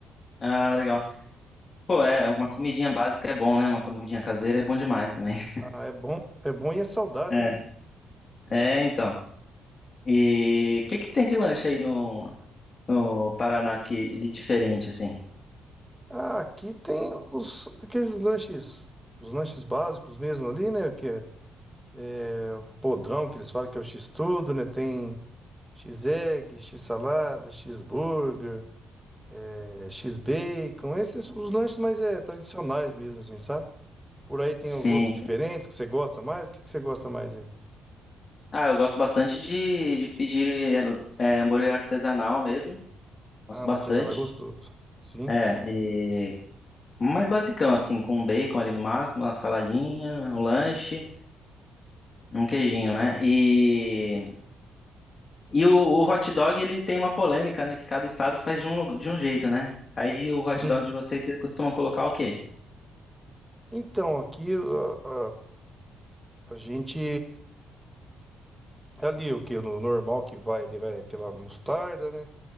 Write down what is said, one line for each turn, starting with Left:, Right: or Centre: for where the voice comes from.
Left: Ah, legal. Pô, é, uma comidinha básica é bom, né? Uma comidinha caseira é bom demais também. <laughs>
Centre: Ah, é bom, é bom e é saudável,
Left: É,
Centre: né?
Left: é, então. E o que que tem de lanche aí no no Paraná que de diferente assim?
Centre: Ah, aqui tem os aqueles lanches, os lanches básicos mesmo ali, né? Que é, é o podrão que eles falam que é o X-tudo, né? Tem X-egg, X-salada, X-burger, é, X-bacon, esses os lanches mais é, tradicionais mesmo, assim, sabe? Por aí tem
Left: Sim.
Centre: outros diferentes que você gosta mais. O que que você gosta mais, hein?
Left: Ah, eu gosto bastante de, de pedir é, hambúrguer artesanal mesmo. Gosto
Centre: Ah, hambúrguer
Left: bastante.
Centre: artesanal é gostoso. Sim.
Left: É, Mais basicão, assim, com um bacon ali no máximo, uma saladinha, um lanche, um queijinho, né? E, e o, o hot dog, ele tem uma polêmica, né? Que cada estado faz de um, lu- de um jeito, né? Aí o
Centre: Sim,
Left: hot dog de vocês, vocês costumam colocar o quê?
Centre: Então, aqui a, a, a gente. Ali o que? No normal que vai, ele vai aquela mostarda, né?